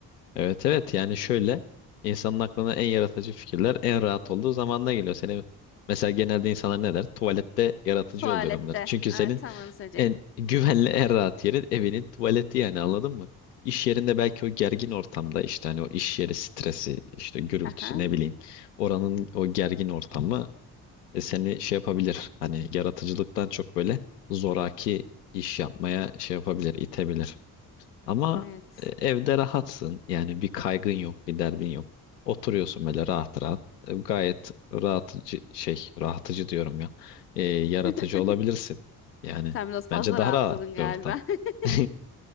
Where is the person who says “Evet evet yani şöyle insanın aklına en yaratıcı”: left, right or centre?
Left